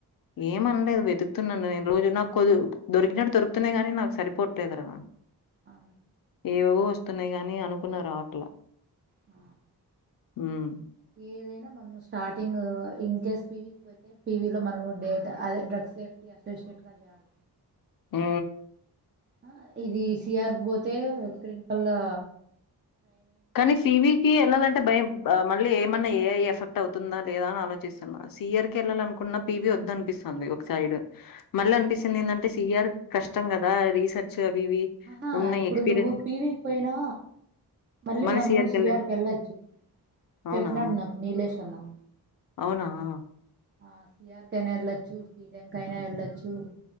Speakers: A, on the left; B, on the right.
A: ఏమ్ అనలేదు వెతుకు న్నాను నేను రోజు నాకు కొ దొరికినట్టు దొరుకుతున్నా గాని నాకు సరిపోట్లేదు రా
B: ఆ
A: ఏవవో వస్తున్నాయి గాని అనుకున్నాయ్రాట్లా
B: ఆ
A: హ్మ్
B: ఏదైనా మనము స్టార్టింగ్ ఇన్కేస్ పివకి పోతే పివ లో మనము డేట అదే డ్రగ్స్ సేఫ్టీ అసలు స్ట్గా చేయాల
A: ఆ
B: ఆ ఇది సిఆర్కు పోతే క్రీన్కల్లా
A: కానీ సి వీ కి వెళ్ళాలంటే భయం మళ్ళీ ఏమన్నా ఏ ఐ ఎఫెక్ట్ అవుతుందా లేదా అని ఆలోచిస్తున్నా సియర్ కి వెళ్ళాలనుకున్నా పి వి వద్ద అనిపిస్తుంది ఒక సైడ్ మళ్ళీ అనిపిస్తుంది ఏంటంటే సి ఆర్ కష్టం కదా రీసెర్చ్ అవి ఇవి
B: ఆహా
A: ఉన్న
B: ఇప్పుడు
A: ఎక్స్‌పీరియన్స్
B: నువ్వు పీ వి కి పోయినా మల్లి
A: మళ్ళీ
B: మనమూ
A: సీఆర్‌కెళ్ళే
B: సి ఆర్ కెళ్ళుచ్చు
A: అవునా?
B: చెప్పినాడు నాకు నీలేష్ అన్నా
A: అవునా?
B: ఆ సిఆర్ కైనా వెళ్ళొచ్చు శీడెం కైనా వెళ్ళొచ్చు